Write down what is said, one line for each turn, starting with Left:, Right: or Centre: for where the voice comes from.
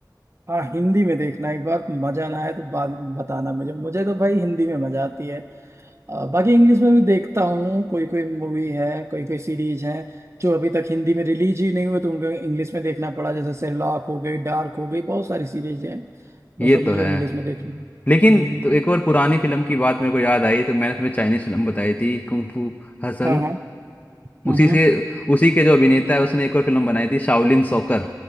Right: हाँ हिंदी में देखना एक बार मजा ना आए तो बाद में बताना मुझे मुझे तो भाई हिंदी में मजा आती है अ, बाकी इंग्लिश में भी देखता हूँ कोई कोई मूवी है कोई कोई सीरीज है जो अभी तक हिंदी में रिलीज ही नहीं हुए तो उनको इंग्लिश में देखना पड़ा जैसे शेरलॉक हो गई डार्क हो गई बहुत सारी सीरीज है वो
Left: ये
Right: सब मुझे
Left: तो है
Right: इंग्लिश में देखना है।
Left: लेकिन
Right: हम्म,
Left: तो एक और पुरानी फिल्म की बात मेरे को याद आई तो मैंने तुम्हें चाइनीज फिल्म बताई थी कुंग फू हसल
Right: हाँ हाँ हाँ,
Left: उसी
Right: हाँ।
Left: से उसी के जो अभिनेता है उसने एक और फिल्म बनाई थी शाओलिन सॉकर